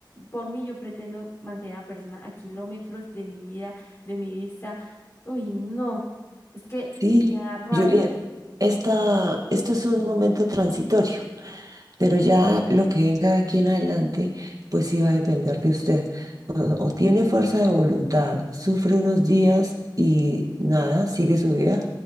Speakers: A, on the left; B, on the right.
A: por mí, yo pretendo mantener a la persona a kilómetros de mi vida, de mi vista. Uy, no. Es que
B: Sí,
A: me da rabia.
B: Juliet, esta, esto es un momento transitorio, pero ya lo que venga de aquí en adelante, pues sí va a depender de usted. O, o tiene fuerza de voluntad, sufre unos días y nada, sigue su vida,